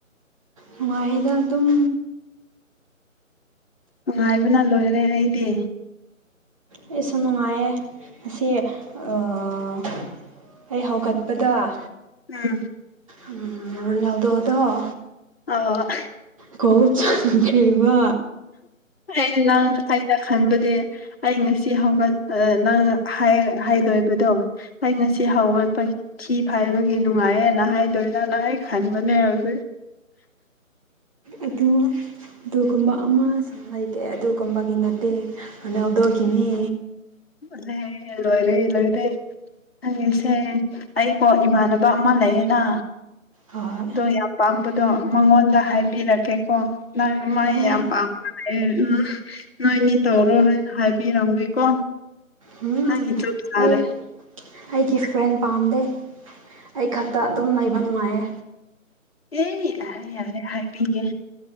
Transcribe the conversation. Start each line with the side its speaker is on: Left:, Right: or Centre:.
Right: ꯅꯨꯡꯉꯥꯏꯗ ꯑꯗꯨꯝ
Left: ꯅꯨꯡꯉꯥꯏꯕꯅ ꯂꯣꯏꯔꯦ ꯑꯩꯗꯤ
Right: ꯑꯩꯁꯨ ꯅꯨꯡꯉꯥꯏꯌꯦ ꯉꯁꯤ ꯑꯥꯥ ꯑꯩ ꯍꯧꯒꯠꯄꯗ‌ꯣ
Left: ꯎꯝ
Right: ꯎꯝ ꯔꯣꯅꯥꯜꯗ‌ꯣ ꯗ‌ꯣ
Left: ꯑꯣ
Right: ꯀꯧꯁ ꯈꯔꯤꯕ
Left: ꯑ ꯉꯥꯡꯕ ꯑꯥꯏꯩꯅ ꯈꯟꯕꯗꯤ ꯑꯩ ꯉꯁꯤ ꯍꯧꯒꯠ ꯅꯪ ꯍꯥꯏ ꯍꯥꯏꯗꯣꯏꯕꯗꯣ ꯑꯩ ꯉꯁꯤ ꯍꯧꯒꯠꯄꯩ ꯊꯤ ꯐꯥꯏꯕꯒꯤ ꯅꯨꯡꯉꯥꯏꯌꯦ ꯅ ꯍꯥꯏꯗꯣꯏꯔ ꯅꯍꯥꯏ ꯈꯟꯕꯅꯦ ꯑꯗꯨ
Right: ꯑꯗꯨꯅꯦ ꯑꯗꯨꯒꯨꯝꯕ ꯑꯃ ꯁꯨ ꯂꯩꯇꯦ ꯑꯗꯨꯒꯨꯝꯕꯒꯤ ꯅꯠꯇꯦ ꯔꯣꯅꯥꯜꯗꯣꯒꯤꯅꯤ
Left: ꯑꯗꯨ ꯂꯣꯏꯔꯦ ꯂꯣꯏꯔꯦ ꯑꯩꯁꯦ ꯑꯩꯀꯣ ꯏꯃꯥꯟꯅꯕ ꯑꯃ ꯂꯩꯌꯦꯕ
Right: ꯍꯣꯏ
Left: ꯑꯗꯣ ꯌꯥꯝ ꯄꯥꯝꯕꯗꯣ ꯃꯉꯣꯟꯗ ꯍꯥꯏꯕꯤꯔꯛꯀꯦꯀꯣ ꯂꯥꯏꯛ ꯃꯥ
Right: ꯑꯦ
Left: ꯌꯥꯝ ꯄꯥꯝꯃꯒꯥ ꯂꯩꯌꯦ ꯅꯣꯏꯅꯤ ꯇꯧꯔꯣ ꯍꯥꯏꯅ ꯍꯥꯏꯕꯤꯔꯝꯒꯦꯀꯣ
Right: ꯎꯝ
Left: ꯅꯪꯒꯤ ꯇ꯭ꯔꯨꯠ ꯇꯥꯔꯦ
Right: ꯑꯩ ꯑꯩꯒꯤ ꯐ꯭ꯔꯦꯟ ꯄꯥꯝꯗꯦ ꯑꯩ ꯈꯛꯇ ꯑꯗꯨꯝ ꯂꯩꯕ ꯅꯨꯡꯉꯥꯏꯌꯦ
Left: ꯑꯦ ꯌꯥꯔꯦ ꯌꯥꯔꯦ ꯍꯥꯏꯔꯕꯤꯒꯦ